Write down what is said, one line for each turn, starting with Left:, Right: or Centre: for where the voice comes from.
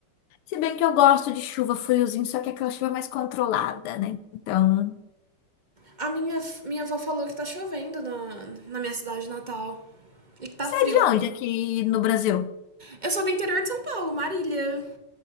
Left: Se bem que eu gosto de chuva friozinho, só que é aquela chuva mais controlada, né? Então,
Right: A minha, minha avó falou que tá chovendo na, na minha cidade natal. E que tá
Left: você
Right: frio.
Left: é de onde aqui no Brasil?
Right: Eu sou do interior de São Paulo, Marília.